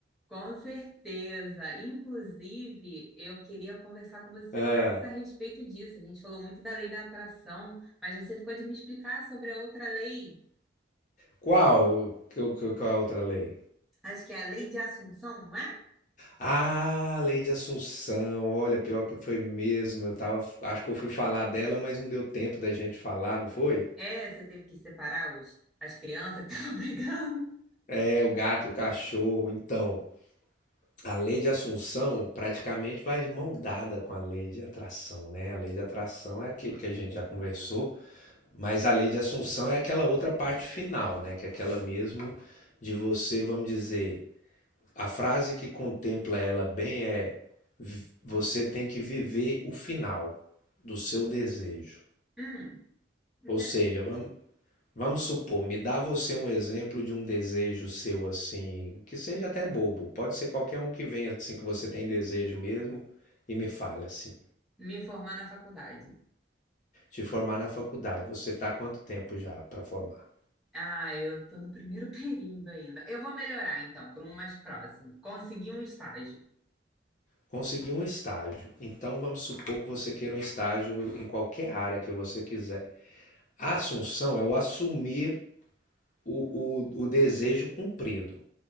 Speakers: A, in the centre; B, on the left.
A: Com certeza. Inclusive, eu queria conversar com você
B: Ah,
A: mais a respeito disso. A gente falou muito da lei da atração, mas você ficou de me explicar sobre a outra lei.
B: qual? Qual, qual é a outra lei?
A: Acho que é a lei de Assunção, não é?
B: Ah, lei de Assunção. Olha, pior que foi mesmo. Eu tava, acho que eu fui falar dela, mas não deu tempo da gente falar, não foi?
A: É, você teve que separar os, as crianças que estavam <laughs> brigando.
B: É, o gato e o cachorro. Então, a lei de Assunção praticamente vai de mão dada com a lei de atração, né? A lei de atração é aquilo que a gente já conversou, mas a lei de Assunção é aquela outra parte final, né? Que é aquela mesmo de você, vamos dizer, a frase que contempla ela bem é: "Vi- você tem que viver o final do seu desejo.
A: Hum, interessante.
B: Ou seja, vamos, Vamos supor, me dá você um exemplo de um desejo seu assim, que seja até bobo, pode ser qualquer um que venha assim que você tem desejo mesmo e me fale assim.
A: Me formar na faculdade.
B: Te formar na faculdade, você está quanto tempo já para formar?
A: Ah, eu tô no primeiro <laughs> período ainda. Eu vou melhorar então, para um mais próximo. Consegui um estágio.
B: Conseguir um estágio. Então vamos supor que você queira um estágio em qualquer área que você quiser. A assunção é o assumir o, o, o desejo cumprido.